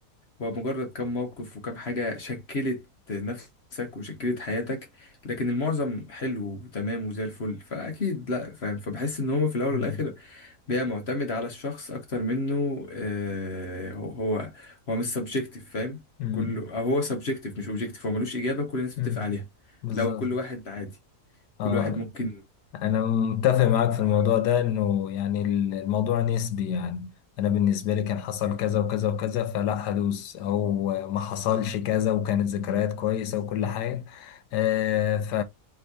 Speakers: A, on the left; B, on the left.
A: هو مجرد كم موقف وكم حاجة شكلت نفسك وشكلت حياتك لكن المعظم حلو وتمام وزي الفل فاكيد لا فاهم فبحس ان هو في الاول
B: مم.
A: والاخر بيبقى معتمد على الشخص اكتر منه آه هو هو هو مش سبجكتيف فاهم
B: مم.
A: كله أو هو سبجكتيف مش اوبجكتيف هو ملوش اجابة كل الناس
B: مم.
A: بتتفق عليها
B: بالظبط
A: لو كل واحد عادي كل
B: اه
A: واحد ممكن
B: أنا متفق معاك
A: يبقى-
B: في الموضوع ده إنه يعني الموضوع نسبي يعني أنا بالنسبة لي كان حصل كذا وكذا وكذا فلا هدوس أو ما حصلش كذا وكانت ذكريات كويسة وكل حاجة آه ف